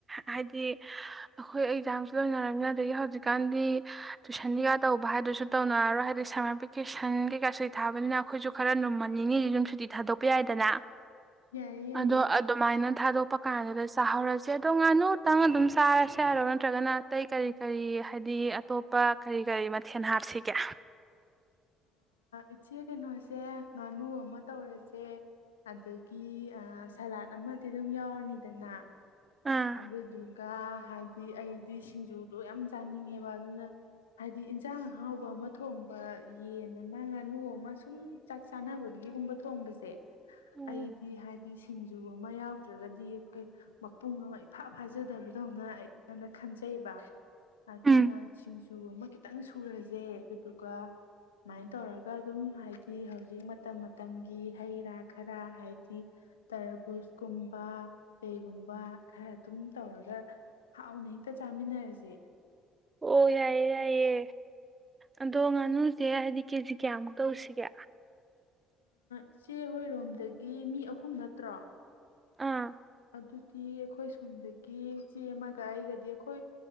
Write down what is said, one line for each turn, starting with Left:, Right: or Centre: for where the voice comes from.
Right: ꯍꯥꯏꯗꯤ ꯑꯩꯈꯣꯏ ꯑꯦꯛꯖꯥꯝꯁꯨ ꯂꯣꯏꯅꯔꯕꯅꯤꯅ ꯑꯗꯒꯤ ꯍꯧꯖꯤꯛꯀꯥꯟꯗꯤ ꯇꯨꯏꯁꯟ ꯀꯩꯀꯥ ꯇꯧꯕ ꯍꯥꯏꯗꯨꯁꯨ ꯇꯧꯅꯔꯔꯣꯏ ꯍꯥꯏꯗꯤ ꯁꯝꯃꯔ ꯚꯦꯀꯦꯁꯟ ꯀꯩꯀꯥꯁꯨ ꯊꯥꯕꯅꯤꯅ ꯑꯩꯈꯣꯏꯁꯨ ꯈꯔ ꯅꯨꯝꯃꯟꯅꯤꯡꯉꯤꯗꯤ ꯌꯨꯝ ꯁꯨꯇꯤ ꯊꯥꯗꯣꯛꯄ ꯌꯥꯏꯗꯅ
Left: ꯌꯥꯏꯌꯦ ꯌꯥꯏꯌꯦ
Right: ꯑꯗꯣ ꯑꯗꯨꯃꯥꯏꯅ ꯊꯥꯗꯣ ꯀꯥꯟꯗꯨꯗꯥ ꯆꯥ ꯍꯧꯔ꯭ꯁꯦ ꯆꯦ ꯗꯣ ꯉꯥꯅꯨ ꯇꯪ ꯑꯗꯨꯝ ꯆꯥꯔꯁꯦ ꯍꯥꯏꯔꯣ ꯅꯠꯇ꯭ꯔꯒꯅ ꯑꯇꯩ ꯀꯔꯤ ꯀꯔꯤ ꯍꯥꯏꯗꯤ ꯑꯇꯣꯞꯄ ꯀꯔꯤ ꯀꯔꯤ ꯃꯊꯦꯜ ꯍꯥꯞꯁꯤꯒꯦ
Left: ꯏꯆꯦ ꯀꯩꯅꯣꯁꯦ ꯉꯥꯅꯨ ꯑꯃ ꯇꯧꯔꯁꯦ ꯑꯗꯒꯤ ꯁꯂꯥꯠ ꯑꯃꯗꯤ ꯑꯗꯨꯝ ꯌꯥꯎꯔꯅꯤꯗꯅ
Right: ꯑꯥ
Left: ꯑꯗꯨꯗꯨꯒ ꯍꯥꯏꯗꯤ ꯑꯩꯗꯤ ꯁꯤꯡꯖꯨꯗꯣ ꯌꯥꯝ ꯆꯥꯅꯤꯡꯉꯦꯕ ꯑꯗꯨꯅ ꯍꯥꯏꯗꯤ ꯏꯟꯁꯥꯡ ꯑꯥꯎꯕ ꯑꯃ ꯊꯣꯡꯕ ꯌꯦꯟ ꯑꯃ ꯉꯥꯅꯨ ꯑꯃ ꯁꯨꯝ ꯆꯥꯛ ꯆꯥꯅꯕꯒꯤꯒꯨꯝꯕ ꯊꯣꯡꯕꯁꯦ
Right: ꯎꯝ
Left: ꯑꯩꯗꯤ ꯍꯥꯏꯗꯤ ꯁꯤꯡꯖꯨ ꯑꯃ ꯌꯥꯎꯗ꯭ꯔꯒꯗꯤ ꯑꯩꯈꯣꯏ ꯃꯄꯨꯡ ꯑꯃ ꯏꯐꯥ ꯐꯥꯖꯗꯕꯗꯧꯅ ꯑꯩꯉꯣꯟꯗ ꯈꯟꯖꯩꯕ ꯑꯗꯨꯅ
Right: ꯎꯝ
Left: ꯁꯤꯡꯖꯨ ꯑꯃ ꯈꯤꯇꯪ ꯁꯨꯔꯁꯦ ꯑꯗꯨꯗꯨꯒ ꯁꯨꯃꯥꯏꯅ ꯇꯧꯔꯒ ꯑꯗꯨꯝ ꯍꯥꯏꯗꯤ ꯍꯧꯖꯤꯛ ꯃꯇꯝ ꯃꯇꯝꯒꯤ ꯍꯩ ꯔꯥ ꯈꯔ ꯍꯥꯏꯗꯤ ꯇꯔꯕꯨꯁꯀꯨꯝꯕ ꯀꯩꯒꯨꯝꯕ ꯈꯔ ꯑꯗꯨꯝ ꯇꯧꯔꯒ ꯍꯥꯎꯅ ꯍꯦꯛꯇ ꯆꯥꯃꯤꯟꯅꯔꯁꯦ
Right: ꯑꯣ ꯌꯥꯏꯌꯦ ꯌꯥꯏꯌꯦ ꯑꯗꯣ ꯉꯥꯅꯨꯁꯦ ꯍꯥꯏꯗꯤ ꯀꯦꯖꯤ ꯀꯌꯥꯃꯨꯛ ꯇꯧꯁꯤꯒꯦ
Left: ꯏꯆꯦ ꯍꯣꯏꯔꯣꯝꯗꯒꯤ ꯃꯤ ꯑꯍꯨꯝ ꯅꯠꯇ꯭ꯔꯣ
Right: ꯑꯥ
Left: ꯑꯗꯨꯗꯤ ꯑꯩꯈꯣꯏ ꯁꯣꯝꯗꯒꯤ ꯆꯦ ꯑꯃꯒ ꯑꯩꯒꯗꯤ ꯑꯩꯈꯣꯏ